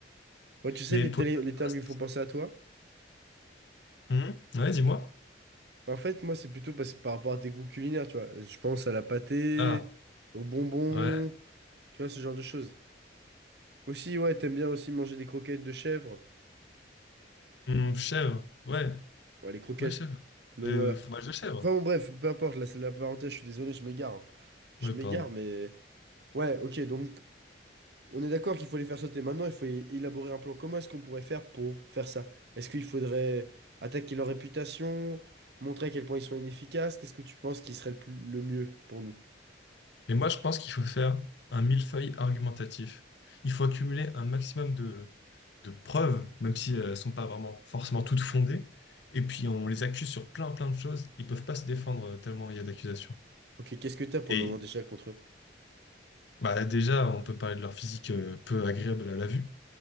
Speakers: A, on the right; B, on the left.
A: Ouais, tu sais,
B: Mais
A: les,
B: pour
A: télé-
B: une autre
A: les
B: poste.
A: termes qui me font penser à toi,
B: Hum, Ouais, dis-moi.
A: en fait, moi, c'est plutôt parce que par rapport à tes goûts culinaires, tu vois. Je pense à la pâtée,
B: Ah,
A: aux bonbons,
B: ouais.
A: tu vois, ce genre de choses. Aussi, ouais, t'aimes bien aussi manger des croquettes de chèvre.
B: Hum, chèvre. Ouais,
A: Ouais, les croquettes.
B: ouais, chèvre.
A: Donc
B: Le
A: voilà.
B: fromage de chèvre.
A: Enfin bon, bref, peu importe, là, c'est de la parenthèse, je suis désolé, je m'égare. hein. Je
B: Ouais, pardon.
A: m'égare, mais... Ouais, ok, donc On est d'accord qu'il faut les faire sauter. Maintenant, il faut é- élaborer un plan. Comment est-ce qu'on pourrait faire pour faire ça? Est-ce qu'il faudrait attaquer leur réputation, montrer à quel point ils sont inefficaces? Qu'est-ce que tu penses qui serait le plus- le mieux pour nous?
B: Et moi, je pense qu'il faut faire un millefeuille argumentatif. Il faut accumuler un maximum de, de preuves, même si elles ne sont pas vraiment forcément toutes fondées. Et puis, on les accuse sur plein, plein de choses. Ils peuvent pas se défendre euh, tellement il y a d'accusations.
A: Ok, qu'est-ce que t'as pour
B: Et
A: le moment déjà contre eux?
B: bah, déjà, on peut parler de leur physique euh, peu agréable à la vue.